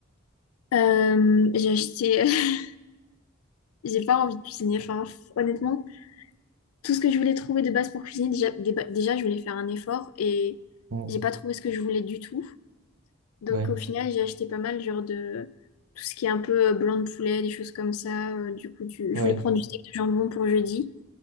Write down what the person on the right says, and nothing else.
Mm.
Ouais.
Ouais.